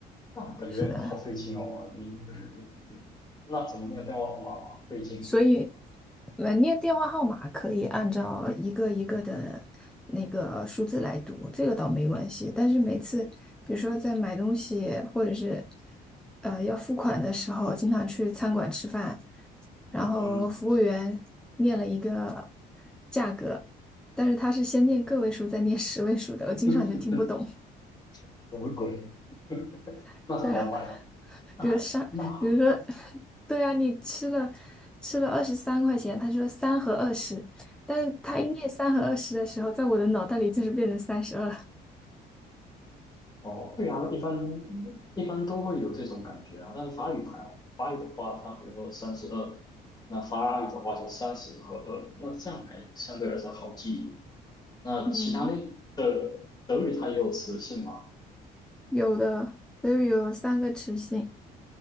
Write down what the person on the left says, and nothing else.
那感觉好费劲哦，
你你你那怎么没有电话号码嘛？费劲，
嗯，
嗯 <laughs>，什么鬼？<laughs>
那是好烦哦，
那还那
嗯
哦，对啊，一般一般都会有这种感觉啊，但是法语还好，法语的话，它比如说三十二，那法语的话是三十和二，那这样还相对来说好记一点。那其他的的德语它也有词性吗？